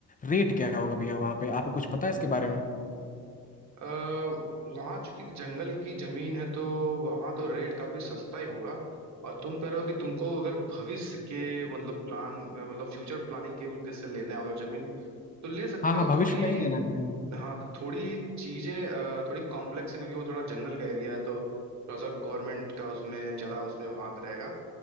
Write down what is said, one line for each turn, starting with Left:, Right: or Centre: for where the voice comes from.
Left: रेट क्या होगा भैया वहाँ पे आपको कुछ पता है इसके बारे में
Right: अः वहां चूंकि जंगल की जमीन है तो वहां तो रेट काफी सस्ता ही होगा और तुम कह रहे हो कि तुमको अगर भविष्य के मतलब प्लान मतलब फ्यूचर प्लानिंग के उद्देश्य से लेना है अगर जमीन तो ले सकते
Left: हाँ हाँ
Right: हो
Left: भविष्य
Right: थोड़ी
Left: में ही लेना है भैया
Right: हाँ तो थोड़ी चीजें अ, थोड़ी कॉम्प्लेक्स है क्योंकि वो थोड़ा जंगल का एरिया है तो थोड़ा सा गवर्नमेंट का उसमें ज्यादा उसमें हाथ रहेगा